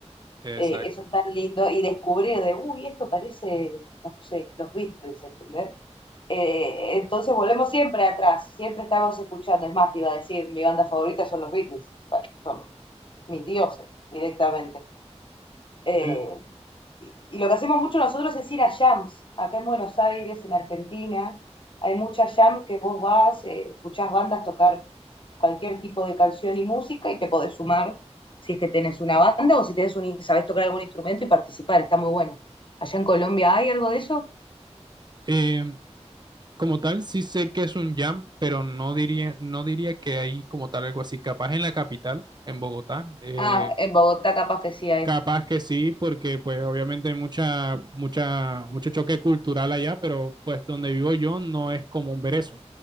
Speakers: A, on the right; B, on the left.
A: exacto.
B: eh, eso es tan lindo, y descubrir de, uy, esto parece, no sé, los Beatles, ¿entendés? Eh, entonces volvemos siempre atrás, siempre estábamos escuchando. Es más, te iba a decir, mi banda favorita son los Beatles, son mis dioses directamente. Eh,
A: Eh,
B: y, y lo que hacemos mucho nosotros es ir a jams, acá en Buenos Aires, en Argentina, hay muchas jams que vos vas, eh, escuchás bandas tocar cualquier tipo de canción y música y te podés sumar si es que tenés una banda o si tenés un, sabés tocar algún instrumento y participar, está muy bueno. ¿Allá en Colombia hay algo de eso?
A: eh, como tal, sí sé que es un jam, pero no diría, no diría que hay como tal algo así. Capaz en la capital, en Bogotá, eh,
B: Ah, en Bogotá capaz que sí hay.
A: Capaz que sí, porque pues obviamente hay mucha, mucha, mucho choque cultural allá, pero pues donde vivo yo no es común ver eso.